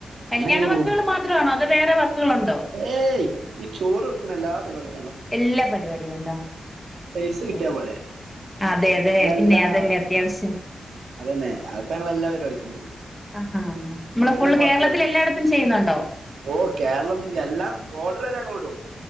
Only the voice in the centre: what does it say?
കല്യാണ
വർക്കുകൾ
മാത്രമാണോ അതോ വേറെ വർക്കുകളുണ്ടോ?
എല്ലാ പരിപാ- <unintelligible>
അതെ അതെ
പിന്നെ അതല്ലേ അത്യാവശ്യം
ആഹാ നമ്മള്
ഫുള്ള് കേരളത്തില്
എല്ലായിടത്തും ചെയ്യുന്നു <unintelligible>